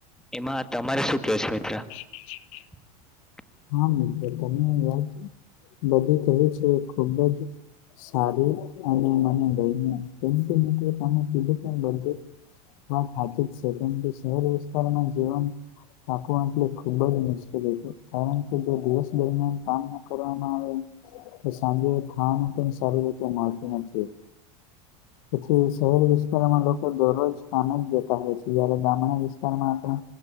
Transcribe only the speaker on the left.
<inaudible>
હા મિત્ર તમે વાત બધું કહી છે ખુબ જ સારી અને મને લઈને કેમ કે મિત્ર તમે. <inaudible> બર્ડે હા. હાજી જ સેકન્ડલી શહેર વિસ્તારમાં જીવન રાખવું એટલે ખૂબ જ મુશ્કેલી હોય છે. કારણ કે જે દિવસ દરમિયાન કામ ન કરવામાં આવે. તે સાંજે ખાવાનું પણ સારી રીતે મળતું નથી.
તેથી શહેરી વિસ્તારમાં લોકો દરરોજ સ્થાને જતા હોય છે જયારે ગામડા વિસ્તારમાં આપણે.